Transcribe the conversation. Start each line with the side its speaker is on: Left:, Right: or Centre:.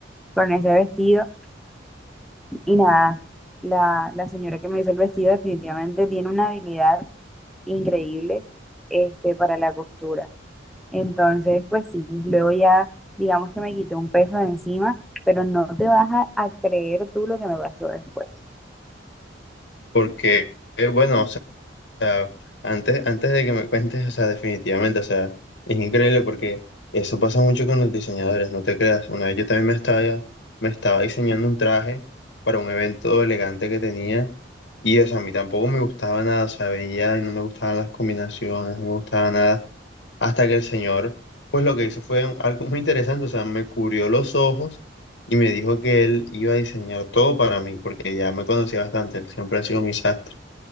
Centre: con ese vestido. Y nada, la, la señora que me hizo el vestido definitivamente tiene una habilidad increíble este, para la costura. Entonces, pues sí, luego ya digamos que me quité un peso de encima, pero no te vas a, a creer tú lo que me pasó después.
Left: porque, eh, bueno, o sea, sea, antes, antes de que me cuentes, o sea, definitivamente, o sea, es increíble porque eso pasa mucho con los diseñadores, no te creas. Una vez yo también me estaba, me estaba diseñando un traje para un evento elegante que tenía y, o sea, a mí tampoco me gustaba nada, o sea, veía y no me gustaban las combinaciones, no me gustaba nada, hasta que el señor, pues lo que hizo fue un- algo muy interesante, o sea, me cubrió los ojos y me dijo que él iba a diseñar todo para mí, porque ya me conocía bastante, él siempre ha sido mi sastre.